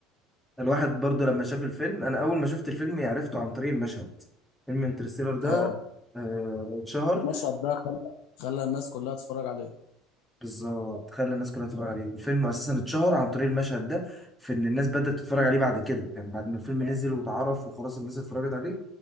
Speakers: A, in the centre; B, on the left.
A: الواحد برضه لما شاف الفيلم انا اول ما شفت الفيلم عرفته عن طريق المشهد فيلم انترستيلر ده
B: اه
A: آه، اتشهر
B: المشهد ده خلى خلى الناس كلها تتفرج عليه
A: بالظبط خلى الناس كلها تتفرج عليه الفيلم اساسا اتشهر عن
B: هو
A: طريق المشهد ده في ان الناس بدأت تتفرج عليه بعد كده يعني بعد ما الفيلم نزل واتعرف وخلاص الناس اتفرجت عليه